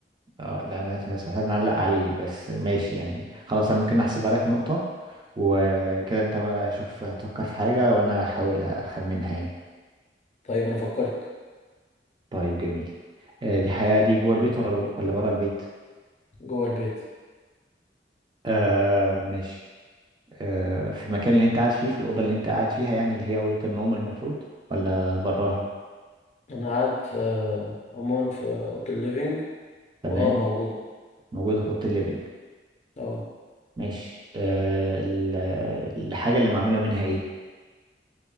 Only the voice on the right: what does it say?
اه لا انا اسمح لي بنعلق عليه بس ماشي يعني خلاص انا ممكن احسبها لك نقطة وكده انت بقى شوف هتفكر في حاجة وانا احاول اخمنها يعني
طيب جميل آه دي حياة دي جوه البيت ولا ولا بره البيت
آه ماشي آه في المكان اللي انت قاعد فيه في الأوضة اللي انت قاعد فيها يعني اللي هي أوضة النوم المفروض ولا براها
تمام
موجودة في أوضة الليفينج
ماشي آه ال- الحاجة اللي معمولة منها ايه؟